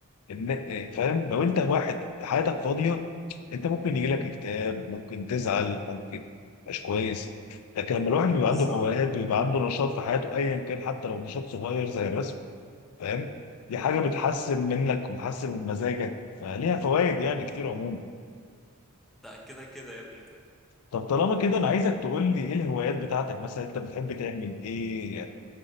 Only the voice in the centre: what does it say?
بالظبط
بالظبط.
ده كده كده يا ابني